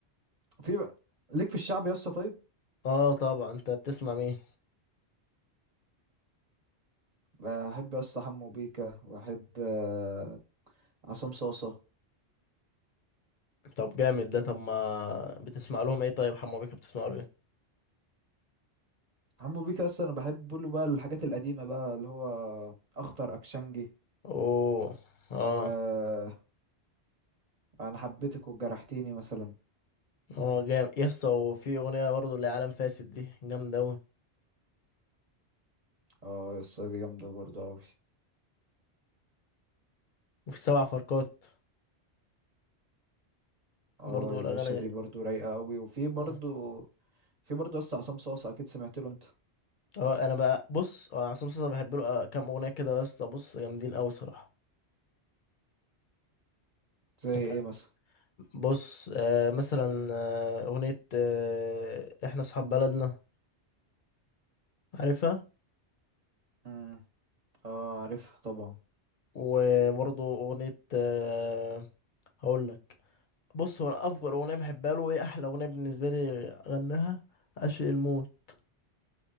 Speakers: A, on the right; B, on the left.
A: في بقى ليك في الشعب يا اسطى طيب
B: آه طبعا انت بتسمع مين
A: بحب يا اسطى حمو بيكا وأحب آه، عصام صاصة
B: طب جامد ده طب ما بتسمع لهم ايه طيب حمو بيكا بتسمع له ايه
A: حمو بيكا اصلا انا بحب له بقى الحاجات القديمه بقى اللي هو اخطر اكشنجي
B: اوه اه
A: و انا حبيتك وجرحتيني مثلا
B: اه جامد يسطا وفي اغنيه برضو اللي هي عالم فاسد دي جامده اوي
A: اه يا اسطى دي جامده برضو قوي
B: وفي سبع فرقات
A: اه
B: برضو
A: يا
B: الاغاني
A: باشا دي برضو رايقه قوي وفي برضو
B: اه
A: في برضو يا اسطى عصام صاصا اكيد سمعت له انت
B: اه انا بقى بص اه عصام صاصا بحب له اه كام اغنيه كده يسطا بص جامدين اوي صراحه
A: زي
B: انت
A: ايه
B: فاهم
A: مثلا
B: بص آه مثلا آه اغنيه آه احنا اصحاب بلدنا عارفها
A: امم اه عارفها طبعا
B: وبرضو اغنيه آه هقول بص هو أنا افجر اغنيه بحبها له ايه احلى اغنيه بالنسبه لي غناها عشق الموت